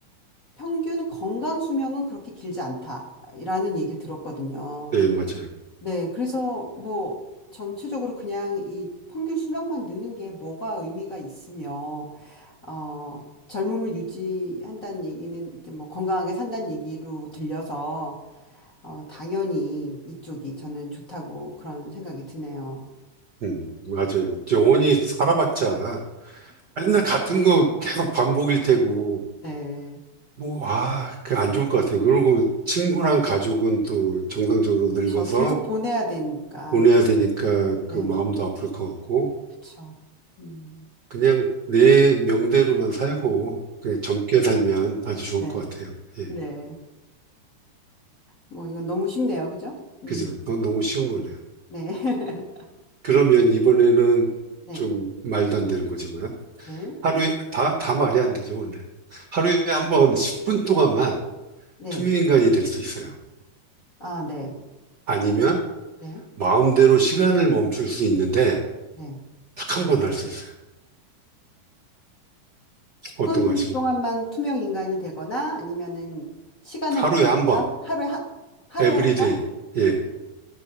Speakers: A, on the left; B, on the right.
A: 평균 건강 수명은 그렇게 길지 않다라는 얘기 들었거든요.
B: 네, 맞아요.
A: 네, 그래서 뭐 전체적으로 그냥 이 평균 수명만 느는 게 뭐가 의미가 있으며, 어, 젊음을 유지한다는 얘기는 이제 뭐 건강하게 산다는 얘기로 들려서, 어, 당연히 이쪽이 저는 좋다고 그런 생각이 드네요.
B: 음, 맞아요. 영원히 살아봤자 맨날 같은 거 계속 반복일 테고,
A: 네.
B: 뭐, 아, 그 안 좋을 것 같아요. 그리고 친구랑 가족은 또 정상적으로 늙어서
A: 저 계속 보내야 되니까.
B: 보내야 되니까 그
A: 네,
B: 마음도 아플 것 같고,
A: 그쵸. 음,
B: 그냥 내 명대로만 살고, 그냥 젊게 살면 아주 좋을
A: 네,
B: 것 같아요. 예.
A: 네. 뭐 이건 너무 쉽네요. 그죠? 음,
B: 그죠? 너, 너무 쉬운 거네요.
A: 네. <laughs>
B: 그러면 이번에는
A: 네,
B: 좀 말도 안 되는 거지만,
A: 네,
B: 하루에, 다, 다 말이 안 되죠, 원래. 하루에 한번 10분 동안만
A: 네.
B: 투명인간이 될 수 있어요.
A: 아, 네,
B: 아니면
A: 네,
B: 마음대로 시간을 멈출 수 있는데,
A: 네.
B: 딱 한 번 할 수 있어요.
A: 10분
B: 어떤 거 하실래요?
A: 동안만 투명 인간이 되거나 아니면은 시간을
B: 하루에
A: 멈춘다?
B: 한 번,
A: 하루에 한, 하루에
B: 에브리데이.
A: 한 번?
B: 예.